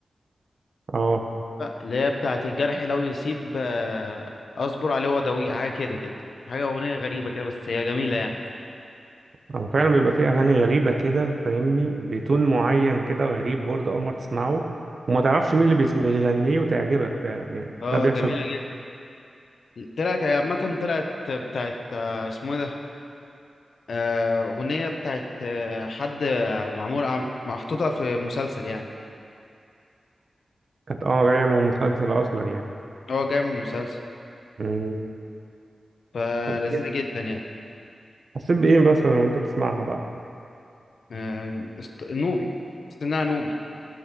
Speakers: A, on the right; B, on the left.
A: اه
B: اللي هي بتاعة الجرح لو يسيب آه، أصبر عليه وداويه حاجة كده كده حاجة أغنية غريبة كده بس هي جميلة يعني
A: او فعلا بيبقى فيه اغاني غريبه كده فاهمني بتون معين كده غريب برضه اول مره تسمعه وما تعرفش مين اللي بيسم- بيغنيه وتعجبك فعلا يعني
B: اه
A: ده بيحصل
B: جميلة
A: كتير.
B: جدا طلعت هي عامة طلعت بتاعت آه، اسمه إيه ده آه، أغنية بتاعت آه، حد معمول عم- محطوطة في مسلسل يعني
A: كانت اه جايه من مسلسل اصلا يعني
B: اه جاي من مسلسل
A: مم.
B: فلذيذة
A: طب إيه؟
B: جدا يعني
A: حسيت بايه مثلا وانت بتسمعها بقى
B: آه، است- نوبي حسيت إن أنا نوبي